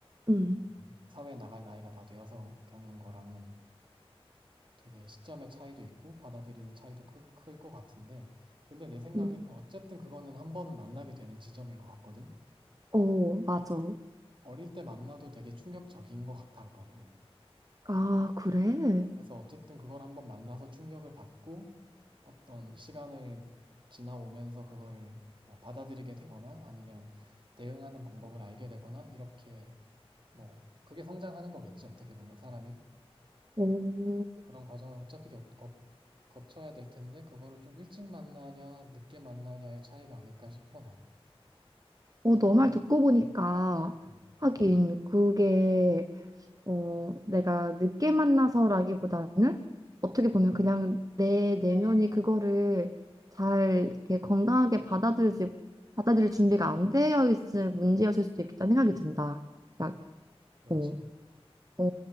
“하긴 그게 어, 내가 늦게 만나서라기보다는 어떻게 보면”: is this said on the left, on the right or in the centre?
Right